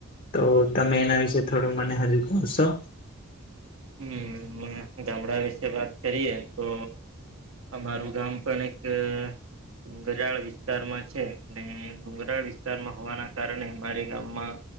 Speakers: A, on the left; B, on the right.
A: તો તમે એના વિશે થોડું મને હજુ પશો
B: હમ ગામડા વિશે વાત કરીએ તો અમારું ગામ પણ એક ડુંગરાળ વિસ્તારમાં છે ડુંગરાળ વિસ્તારમાં હોવાના કારણે મારે ગામમાં